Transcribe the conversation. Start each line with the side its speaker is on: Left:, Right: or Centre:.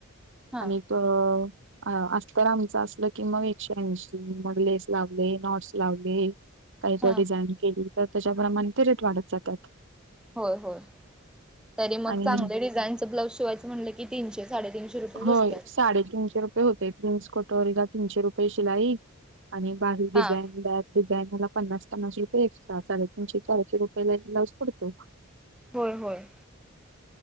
Centre: हा
Right: आणि त अ अस तर आमचं असल की मग एकशेऐंशी मग लेस लावले नॉट्स लावले. काही
Centre: हा
Right: ज डिझाईन केली तर त्याच्यामुळे मंी रेट वाढत जातात.
Centre: होय होय तरी मग
Right: आणि
Centre: चांगलं डिझाईनच ब्लाउज शिवायच म्हटलं की तीनशे साडेतीनशे रुपये
Right: होय
Centre: बसतात
Right: साडेतीीनशे रुपये होतेय. जेन्स कोटोरला तीनशे रुपये शिलाई आणि बाारी डिझाईन
Centre: हा
Right: बॅक डिझाईन मला पन्नास पन्नास रुपये एक्टा साडेतीनशे चारशे रुपयाे ला एक लाउज पडतो.
Centre: होय होय.